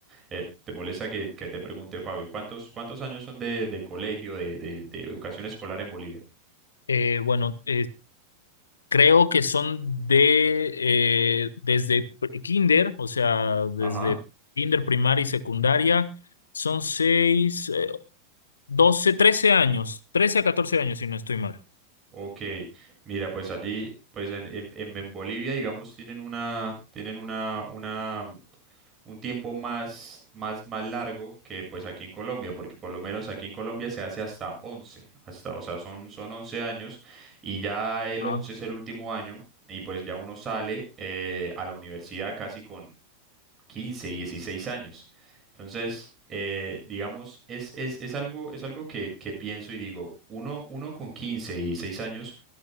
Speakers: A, on the right (about 25°); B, on the left (about 70°).
A: eh, ¿te molesta que, que te pregunte, Fabio, cuántos, cuántos años son de, de colegio, de, de- de educación escolar en Bolivia?
B: Eh, bueno, eh, creo que son de eh, desde pre- kinder, o sea, desde
A: Ajá.
B: kinder primaria y secundaria, son seis, eh, 12, 13 años, 13 a 14 años si no estoy mal.
A: Ok, mira, pues allí, pues en, en, en- en Bolivia, digamos, tienen una, tienen una, una, un tiempo más, más, más largo que pues aquí en Colombia, porque por lo menos aquí en Colombia se hace hasta 11 hasta, o sea, son, son 11 años y ya el
B: Ah,
A: 11 es el último año y pues ya uno sale eh, a la universidad casi con 15 y 16 años. Entonces, eh, digamos, es, es, es algo, es algo que, que pienso y digo, uno, uno con 15 y 16 años